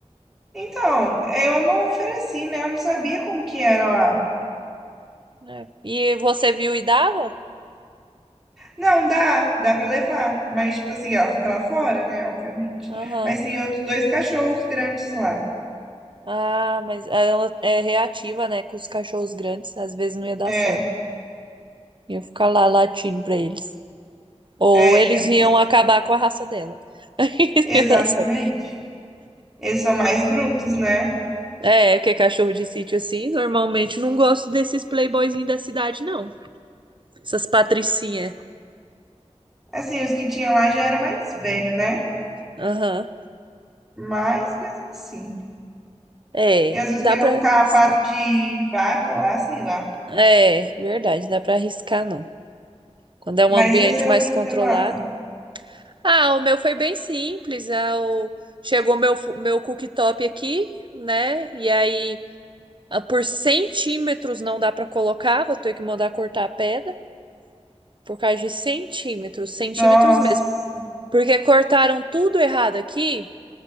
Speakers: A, in the centre; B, on the right.
A: Então, eu não ofereci, né? Eu não sabia como que era lá.
B: É. E você viu e dava?
A: Não, dá, dá pra levar. Mas, tipo assim, ela fica lá fora, né? Obviamente.
B: Aham.
A: Mas tem outros dois cachorros grandes lá.
B: Ah, mas ela é reativa, né? Com os cachorros grandes, às vezes não ia dar
A: É,
B: certo. Ia ficar lá latindo pra eles. Ou
A: é,
B: eles
A: ia mesmo.
B: iam acabar com a raça dela. <laughs> Aí não
A: Exatamente.
B: ia dar certo.
A: Eles são mais brutos, né?
B: É, porque cachorro de sítio assim, normalmente não gosto desses playboyzinhos da cidade, não. Essas patricinhas.
A: Assim, os que tinha lá já era mais velho, né?
B: Aham.
A: Mas mesmo assim.
B: É,
A: E às vezes
B: não dá
A: pegar
B: pra
A: um carrapato
B: arriscar.
A: de vaca lá, sei lá.
B: É, verdade, não dá pra arriscar, não. Quando é um
A: Mas
B: ambiente
A: e o seu
B: mais
A: fim
B: controlado.
A: de semana?
B: Ah, o meu foi bem simples. Ah, o- Chegou meu, fu- meu cooktop aqui, né? E aí, ah, por centímetros não dá pra colocar, vou ter que mandar cortar a pedra. Por causa de centímetros, centímetros
A: Nossa.
B: mesmo. Porque cortaram tudo errado aqui.